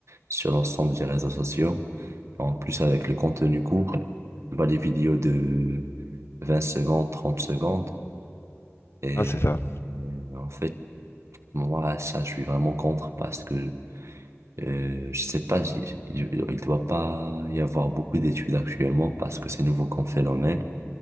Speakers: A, on the right (about 65°); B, on the left (about 55°).
A: sur l'ensemble des réseaux sociaux. En plus, avec le contenu court, bah, les vidéos de 20 secondes, 30 secondes. Et
B: Ah, c'est ça.
A: euh, en fait, moi, ça, je suis vraiment contre parce que euh, je sais pas, si- il ne doit pas y avoir beaucoup d'études actuellement parce que c'est nouveau comme phénomène.